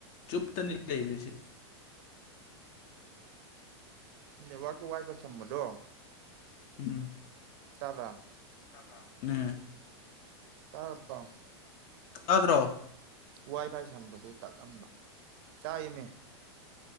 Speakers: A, on the left; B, on the right.
A: ꯆꯨꯞꯇꯅꯤ ꯂꯩꯈꯔꯤꯁꯦ
B: ꯅꯦꯠꯋꯥꯛ ꯋꯥꯏ ꯐꯥꯏ ꯁꯝꯕꯗꯣ
A: ꯎꯝ
B: ꯇꯥꯕ꯭ꯔꯥ
A: ꯇꯥꯕ꯭ꯔꯥ ꯎꯝ
B: ꯇꯥꯔꯕꯣ
A: ꯇꯗ꯭ꯔꯣ
B: ꯋꯥꯏ ꯐꯥꯏ ꯁꯝꯕꯗꯨ ꯇꯠꯂꯝꯕ ꯇꯥꯏꯌꯦꯃꯤ